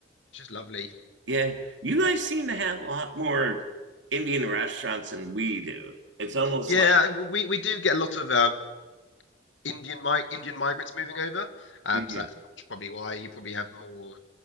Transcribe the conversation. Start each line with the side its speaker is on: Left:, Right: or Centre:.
Left: It's just lovely.
Right: Yeah, you guys seem to have a lot more Indian restaurants than we do. It's almost
Left: Yeah,
Right: like
Left: we, we do get a lot of um, Indian mi Indian migrants moving over. Um,
Right: mhm,
Left: so that's probably why you probably have more